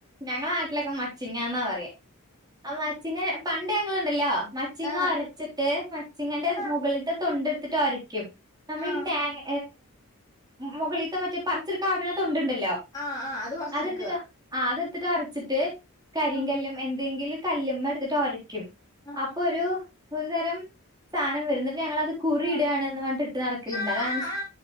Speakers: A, on the right (about 20°); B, on the left (about 15°).
A: ഞങ്ങളെ നാട്ടിലൊക്കെ- മച്ചിങ്ങന്നാ പറയാ. ആ മച്ചിങ്ങനെ പ- <unintelligible> ണ്ടല്ലോ മച്ചിങ്ങ
B: ആ
A: അരച്ചിട്ട് മച്ചിങ്ങന്റെ
B: ആ
A: മുകളിലത്തെ- തൊണ്ട് എടുത്തിട്ട് ഒരക്ക- ക്കും നമ്മളീ
B: ആ
A: ഈ തേങ്ങ മുകളിൽത്തെ, മറ്റേ പറച്ച്- എടുക്കനൊരു തോണ്ട് ഉണ്ട്.
B: ആ.. ആ.. അത്! പറിച്ചെടുക്കുക
A: അതെടുത്തിട്ടാ ആ.. അതെടുത്തിട്ട് അരച്ചിട്ട് കരിങ്കല്ലുമേൽ-
B: ആ
A: <unintelligible> കല്ലുമ്മ എടുത്തിട്ട് ഒരക്കും
B: ആ
A: അപ്പൊ ഒരു ഒരു തരം സാധനം വരും ഞങ്ങളത് കുറി
B: ആ
A: ഇടാണ്ന്ന് പറഞ്ഞിട്ട് ഇട്ട് നടക്കലുണ്ട്.
B: ആ
A: അതാണ്
B: ആ
A: ശ്
B: ആ